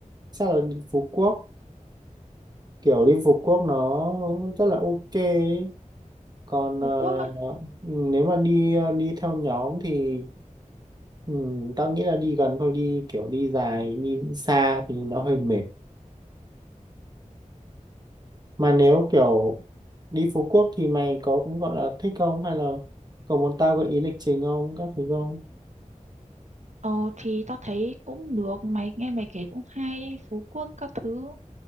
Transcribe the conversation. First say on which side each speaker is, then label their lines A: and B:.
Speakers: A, on the right (about 30°); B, on the right (about 60°).
A: chắc là đi Phú Quốc. Kiểu đi Phú Quốc nó rất là ok. ấy. Còn
B: Phú
A: ờ,
B: Quốc á.
A: ừ, nếu mà đi ờ, đi theo nhóm thì ừm, ta nghĩ là đi gần thôi, đi kiểu đi dài, đi xa thì nó hơi mệt. mà nếu kiểu đi Phú Quốc thì mày có cũng gọi là thích không hay là có muốn tao gợi ý lịch trình không các thứ không
B: Ồ, thì tao thấy cũng được. Mày nghe mày kể cũng hay. Phú Quốc các thứ.